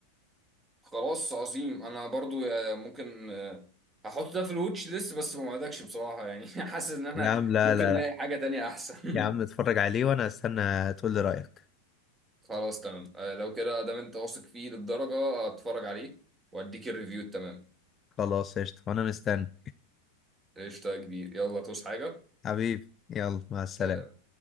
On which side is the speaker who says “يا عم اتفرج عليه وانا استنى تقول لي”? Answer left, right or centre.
Left